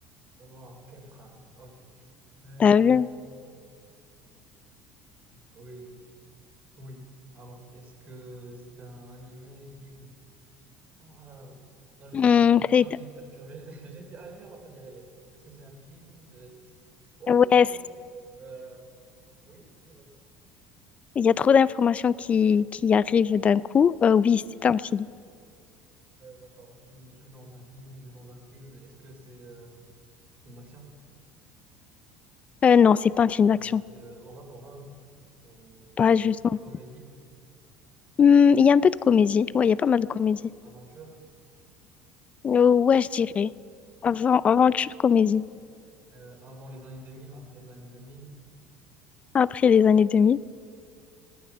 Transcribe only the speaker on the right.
Wow, quelle phrase. Ok. Euh,
Oui, oui. Alors, est-ce que c'est un animé, film? Oh, là, Là, je
suis, là,
je suis perturbé. <laughs> J'ai dit animé alors que ça dit réel. Est-ce que c'est un film? Est-ce- Oh
là là.
Euh, oui, oui, vas-y.
Euh, d'accord. Donc, il joue dans un film, il joue dans un film. Est-ce que c'est euh, une action?
Euh,
fait, euh, horreur, horreur, euh,
com-
comédie,
aventure.
Euh, avant les années 2000, après les années 2000,